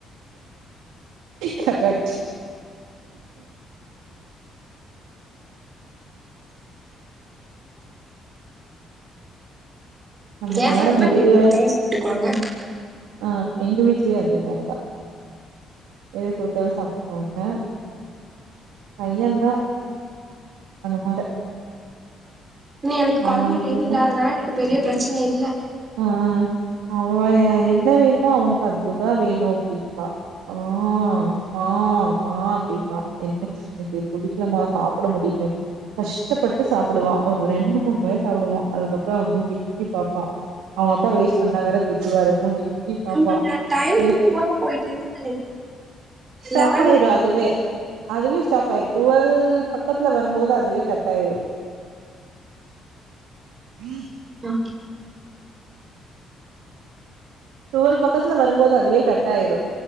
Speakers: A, on the right; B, on the right.
A: கரெக்ட் நம்ம
B: எ
A: நேரோ
B: ஹஸ்பண்ட்
A: முடியவே
B: எத குடுத்தாலும் சாப்ட்டுக்குவாங்க
A: ஆ எங்க வீட்லயூ அதே மாரிதா எது குடுத்தாலும் சாப்ட்டுகுவாங்க பையன் தா அந்த மார
B: நீ எனக்கு கொழந்தைங்க
A: அவனுக்கு
B: எது
A: என்ன
B: இல்லாதனால எனக்கு பெரிய பிரச்சன இல்ல
A: ஆ அவேன் என்ன வேணுமோ அவனுக்கு அதுதா வேணும் அப்டின்ம்பா ஆ அம்மா அம்மா அப்டிம்பா என்ன இன்னைக்கு புடிக்லமா சாப்ட முடியலன் கஷ்டப்பட்டு சாப்டுவா ஒரு ரெண்டு மூணு வாய் சாப்டுவா அதுக்கப்றோ மூஞ்சி மூஞ்சிய பாப்பா அவுங்க அப்பா வேஸ்ட் பண்ணா வேற திட்டுவாரு மூஞ்சி மூஞ்சி பாப்பா.
B: நம்புங்க டைம்
A: ஏய்
B: ஸ்லோவா போயிட்டு இருக்குன்னு நெனைக்கிறேன்
A: ஸ்டாப்
B: லெவன்
A: ஆயிரு அதுவே. அதுவே ஸ்டாப் ஆயிரும் டுவெல் பக்கத்துல வரும்போது அதுவே கட் ஆயிரும் <inaudible>
B: அ
A: டுவல் பக்கத்துல வரும்போது அதுவே கட் ஆயிரும்